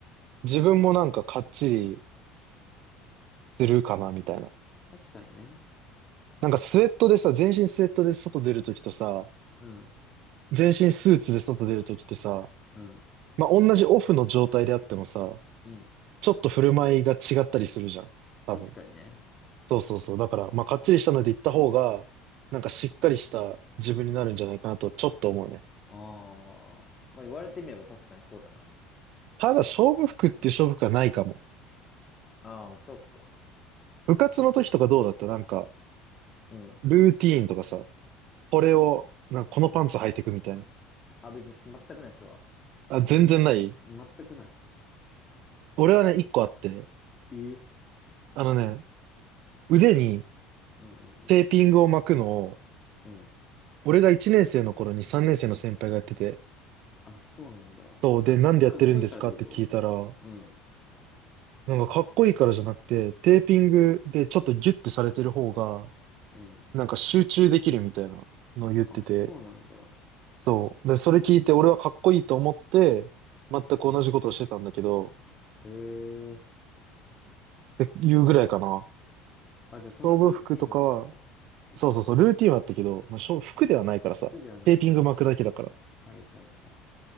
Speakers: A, on the right (about 60°); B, on the left (about 25°).
A: 自分もなんかかっちりするかなみたいな。
B: 確かにね。
A: なんかスウェットでさ、全身スウェットで外出るときとさ、
B: うん、
A: 全身スーツで外出るときってさ、
B: うん、
A: まあ、同じオフの状態であってもさ、
B: うん。
A: ちょっと振る舞いが違ったりするじゃん。多分。
B: 確かにね。
A: そうそうそう。だから、まあ、かっちりしたので行った方が、なんかしっかりした自分になるんじゃないかなと、ちょっと思うね。
B: ああ。まあ言われてみれば確かにそうだな。
A: ただ、勝負服っていう勝負服はないかも。
B: ああ、そっか。
A: 部活の時とかどうだったなんか、
B: うん。
A: ルーティーンとかさ、これを、なんかこのパンツ履いてくみたいな。
B: あ、別に全くない、それは。
A: あ、全然ない
B: 全くない。
A: 俺はね、一個あって、
B: ええ
A: あのね、腕に
B: うんうんうん。
A: テーピングを巻くのを、
B: うん
A: 俺が1年生の頃に3年生の先輩がやってて、
B: あ、そうなんだ。
A: そう、
B: か、
A: で、なんでやってるんですかって聞いたら、
B: かっこいいからってことうん。
A: なんかかっこいいからじゃなくて、テーピングでちょっとギュッてされてる方が、
B: うん。
A: なんか集中できるみたいなのを言ってて、
B: あ、そうなんだ。
A: そう。で、それ聞いて俺はかっこいいと思って、全く同じことをしてたんだけど、
B: うん。へえ。
A: っていうぐらいかな。
B: あ、じゃあそのルーティンはあったんだ。
A: 勝負服とかは、
B: そっかそっか。
A: そうそうそう、ルーティンはあったけど、まあ、勝服ではないからさ、
B: 苦ではないってことね。
A: テーピング巻くだけだから。
B: はいはいはい。